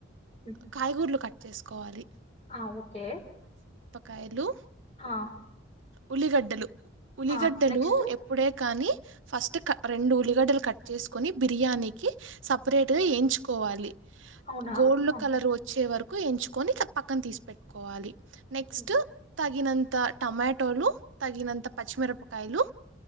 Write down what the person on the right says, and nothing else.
కాయగూరలు కట్ చేసుకోవాలి.
కైలు.
ఉల్లిగడ్డలు. ఉలిగడ్డలు
ఎప్పుడే కాని. ఫస్ట్ క. రెండు ఉల్లిగడ్డలు కట్ చేసుకొని బిర్యానీకి సపరేట్గా ఎంచుకోవాలి.
గోల్డ్
కలర్ వచ్చే వరక్ కు ఎంచుకొని ఇట్లా పక్కన తీసి పెట్టుకోవాలి. నెక్స్ట్
తగినంత టమాటోలు తగినంత పచ్చిమిరపకాయలు